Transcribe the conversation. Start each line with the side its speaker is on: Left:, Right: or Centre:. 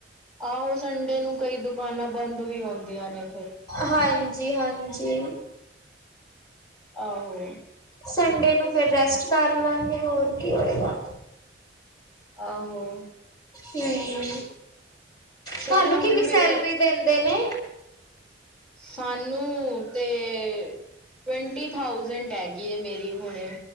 Centre: ਆਹੋ, ਸੰਡੇ ਨੂੰ ਕਈ ਦੁਕਾਨਾਂ ਬੰਦ ਵੀ ਹੁੰਦੀਆਂ ਨੇ ਫਿਰ।
Left: ਹਾਂਜੀ- ਹਾਂਜੀ।
Centre: ਆਹੋ।
Left: ਸੰਡੇ ਨੂੰ ਫੇਰ ਰੈਸਟ ਕਰ ਲਵਾਂਗੇ, ਹੋਰ ਕੀ ਹੋਏਗਾ?
Centre: ਆਹੋ।
Left: ਹਮ,
Centre: ਚੱਲ
Left: ਤੁਹਾਨੂੰ
Centre: ਹੁਣ
Left: ਕਿੰਨੀ
Centre: ਫਿਰ
Left: ਸੈਲਰੀ ਦਿੰਦੇ ਨੇ?
Centre: ਸਾਨੂੰ ਤੇ- ਟਵੰਟੀ ਥਾਊਸੈਂਟ, ਹੈਗੀ ਮੇਰੀ ਹੁਣ।